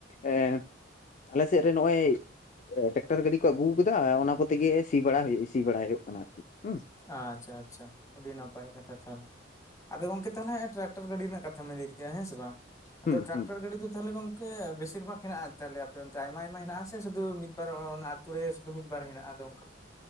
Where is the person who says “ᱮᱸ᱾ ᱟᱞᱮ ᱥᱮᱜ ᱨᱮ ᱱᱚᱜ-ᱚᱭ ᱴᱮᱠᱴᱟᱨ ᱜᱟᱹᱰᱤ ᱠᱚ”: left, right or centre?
Left